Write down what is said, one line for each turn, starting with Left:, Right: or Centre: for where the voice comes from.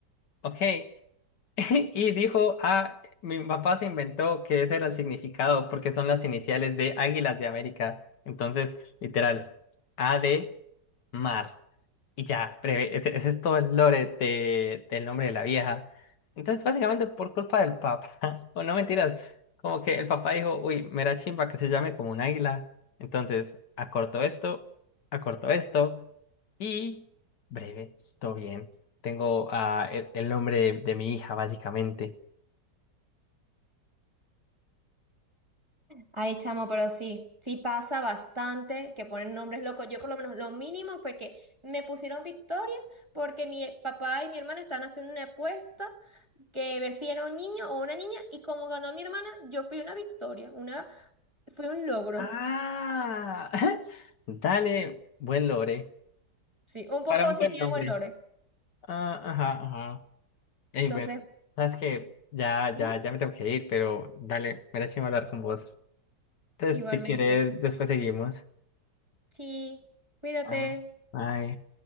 Left: ¿ok? <laughs> Y dijo, ah, mi papá se inventó que ese era el significado porque son las iniciales de Águilas de América. Entonces, literal, A de mar. Y ya, breve, ese, ese es todo el lore de, del nombre de la vieja. Entonces, básicamente por culpa del papá, <laughs> o no mentiras, como que el papá dijo, uy, me da chimba que se llame como un águila. Entonces, acortó esto, acortó esto y breve, todo bien. Tengo ah, el, el nombre de, de mi hija, básicamente.
Right: Ay, chamo, pero sí, sí pasa bastante que ponen nombres locos. Yo por lo menos lo mínimo fue que me pusieron Victoria porque mi papá y mi hermana estaban haciendo una apuesta que ver si era un niño o una niña y como ganó mi hermana, yo fui una victoria, una fue un logro.
Left: Ah, <laughs> Dale, buen lore.
Right: Sí, un poco
Left: Para un
Right: sí
Left: buen
Right: tiene
Left: nombre.
Right: valores.
Left: Ah, ajá, ajá. Ey,
Right: Entonces,
Left: bueno, sabes que ya,
Right: ujú,
Left: ya, ya me tengo que ir, pero dale, me da chimba hablar con vos. Entonces,
Right: igualmente.
Left: si quieres, después seguimos.
Right: Sí, cuídate.
Left: ah. Bye.